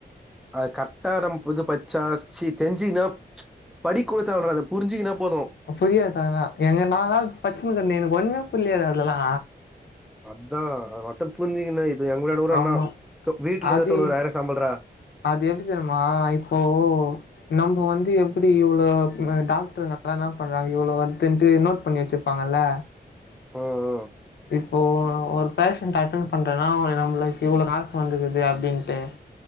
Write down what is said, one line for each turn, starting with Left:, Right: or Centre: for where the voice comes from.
Centre: அது கரட்டா நம் புது பச்சா சி தெரிஞ்சிகனு படிக் கூட தேவல்ரத புரின்ஞ்சிகின்னா போது
Left: புரியா தகனா எங்க நால் நாள் பச்சுனுக்கர்னே எனக் ஒண்ணுமே புரில்யேடா அதுலல்லா
Centre: அத்தா அத மட்டு புர்ன்ஜிக்கினு இது எங்க வூடான்ட ஒர் அண்ணா
Left: ஆமா
Centre: தொ வீட்லுந்தே
Left: அது
Centre: தொண்ணுறாய்ரோ சம்பல்றா
Left: அது எப்டி தெரிம்மா இப்போ நம்போ வந்து எப்புடி இவ்ளோப் ம டாக்டருங்க அல்லா என்ன பண்றாங்க இவ்ளோ வர்துண்ட்டு நோட் பண்ணி வச்சிப் பாங்கல்ல
Centre: ஓஓ
Left: ரிஃப்ஃபோ ஒரு பேஷண்ட் அட்டென் பண்றேன்னா அவ்ங்ள நம்ளுக் இவ்ளோ காசு வந்துக்குது அப்டின்ட்டு